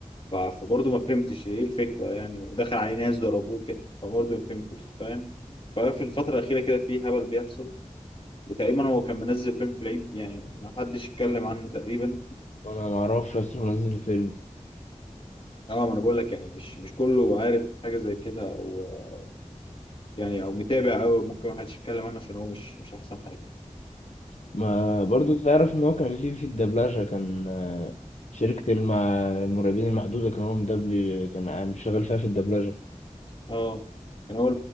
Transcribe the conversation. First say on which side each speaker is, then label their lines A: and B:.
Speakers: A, on the left; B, on the left.
A: ف- فبرضه ما فهمتش ايه الفكره يعني ودخل عليه ناس ضربوه كده فبرضه ما فهمتش فاهم ففي الفتره الاخيره كده في هبل بيحصل وتقريبا هو كان منزل فيلم في العيد يعني ما حدش اتكلم عنه تقريبا
B: انا ما اعرفش اصلا نزل الفيلم
A: اه ما انا بقول لك يعني مش مش كله عارف حاجه زي كده او يعني او متابع او ممكن ما حدش يتكلم عنه عشان هو مش مش احسن حاجه
B: ما برضه تعرف ان هو كان ليه في الدبلجة كان آه، شركة المع... المرعبين المحدودة كان هو مدبلي كان عام- شغال فيها في الدبلجة
A: اه يعني هو